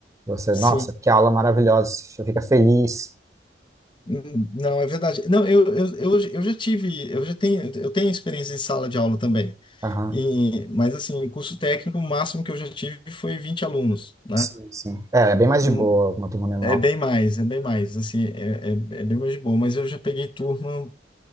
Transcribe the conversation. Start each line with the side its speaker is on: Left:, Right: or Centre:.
Right: Você,
Left: sim.
Right: nossa, que aula maravilhosa, você fica feliz.
Left: Hum, Não, é verdade. Não, eu, eu, eu, eu já tive, eu já tenho, eu tenho experiência em sala de aula também.
Right: Aham.
Left: E, mas assim, em curso técnico, o máximo que eu já tive foi 20 alunos, né?
Right: Sim, sim. É, é bem mais de
Left: Hum,
Right: boa uma turma menor.
Left: É bem mais, é bem mais, assim, é, é, é bem mais de boa, mas eu já peguei turma